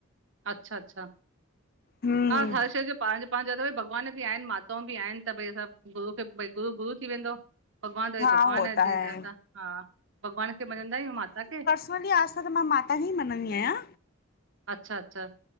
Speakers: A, on the right; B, on the left.
A: अच्छा- अच्छा
B: हम्म
A: हा हर शेह जाे पंहिंजो पांजो त भॻवान बि आहिनि माताऊं बि आहिनि त भई असां गुरू खे भई गुरू गुरू थी वेंदो। भॻवान त भई
B: हा
A: भॻवानु
B: होता
A: आहे जीअं
B: है।
A: त असां हा भॻवान खे मञंदा आहियूं माता खे
B: खाली आस्था त मां माता खे ई मञंदी आहियां।
A: अच्छा- अच्छा।